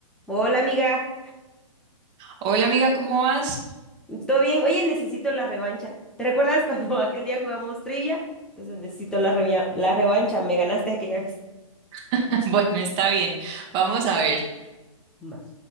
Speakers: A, in the centre; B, on the right (about 30°).
A: Hola amiga,
B: Hola amiga, ¿cómo vas?
A: ¿todo bien? Oye, necesito la revancha. ¿Te recuerdas cuando <laughs> aquel día jugamos trivia? Entonces necesito la revia- la revancha, me ganaste aquella vez.
B: <laughs> Bueno, está bien. Vamos a ver.
A: Va.